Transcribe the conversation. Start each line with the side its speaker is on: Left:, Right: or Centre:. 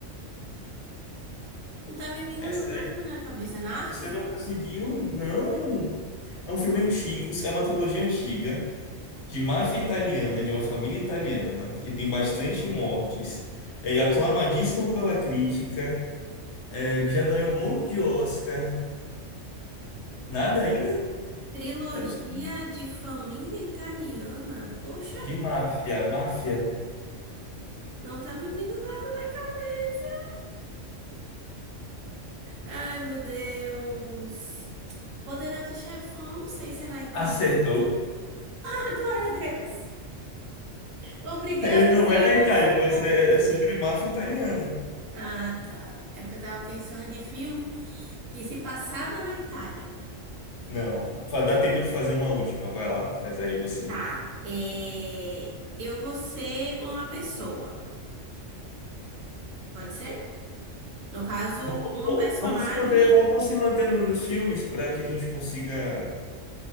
Right: Não tá me vindo
Left: É sério?
Right: nada na cabeça. Narco?
Left: Você não conseguiu? Não. É um filme antigo, é uma trilogia antiga. de máfia italiana, de uma família italiana, que tem bastante mortes, é aclamadíssimo pela crítica, é, já ganhou um monte de Oscar. Nada ainda?
Right: Trilogia
Left: Não é possível.
Right: de família italiana. Poxa,
Left: De máfia, máfia.
Right: não tá me vindo nada na cabeça. Ai, meu Deus. Poderoso Chefão, não sei se é na Itália.
Left: Acertou.
Right: <laughs> Ah, glória a Deus. Obrigada,
Left: Ele não
Right: Senhor.
Left: é na Itália, mas é, é sobre máfia italiana.
Right: Ah, tá. É porque eu tava pensando de filme que se passava na Itália.
Left: Não. Fa- Dá tempo de fazer uma última. Vai lá, faz aí você.
Right: Tá. É... Eu vou ser uma pessoa. Pode ser? No caso,
Left: Vamos,
Right: um personagem.
Left: vamos se manter, vamos se manter no- nos filmes para que a gente consiga